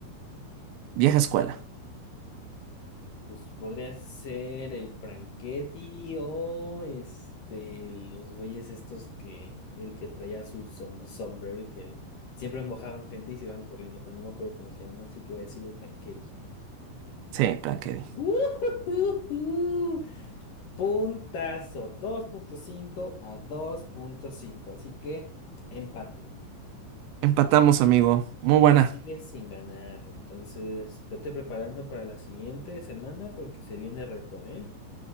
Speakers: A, on the right; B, on the left.
A: Vieja escuela.
B: Pues podría ser el Franchetti o este, los güeyes estos que, el que traía su som- sombrero y que siempre mojaban gente y se iban corriendo, pero no me acuerdo cómo se llama, así que voy a decir el Franchetti.
A: Sí, Plankedi.
B: ¡Ujujuju! <laughs> Puntazo, dos punto cinco a dos punto cinco así que empate.
A: Empatamos, amigo. Muy buena.
B: Sigues sin ganar, entonces vete preparando para la siguiente semana porque se viene reto, ¿eh?